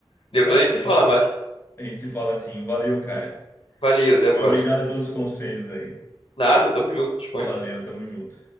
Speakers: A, on the left; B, on the left.
A: Depois
B: Tá certo.
A: a gente se fala mais.
B: A gente se fala assim, valeu, cara.
A: Valeu, até a próxima.
B: E Obrigado pelos conselhos aí.
A: Nada, tamo junto, disponha.
B: Valeu, tamo junto.